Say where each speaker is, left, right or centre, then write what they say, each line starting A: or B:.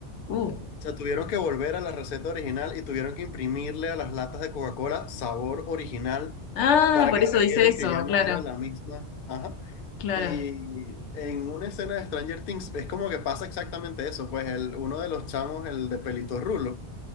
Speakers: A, on the left; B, on the left.
A: Uh.
B: O sea, tuvieron que volver a la receta original y tuvieron que imprimirle a las latas de Coca-Cola sabor original
A: Ah,
B: para
A: por
B: que
A: eso
B: supieran
A: dice eso,
B: que ya no
A: claro,
B: era la misma. Ajá.
A: claro.
B: Y en una escena de Stranger Things es como que pasa exactamente eso, pues el, uno de los chamos, el de pelito rulo,